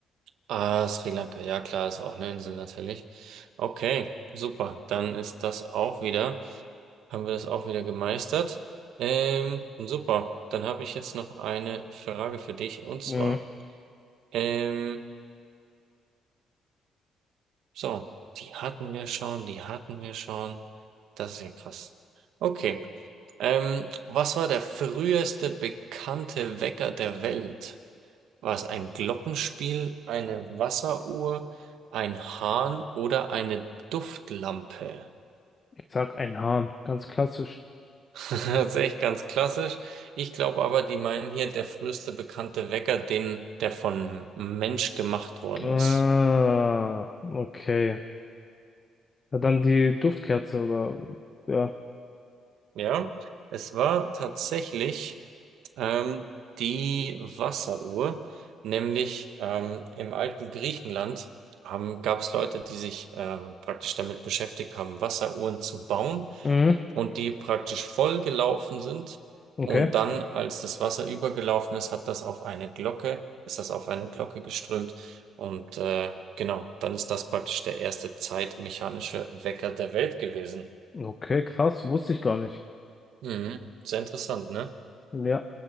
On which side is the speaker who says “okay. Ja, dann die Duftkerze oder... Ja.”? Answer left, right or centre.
Left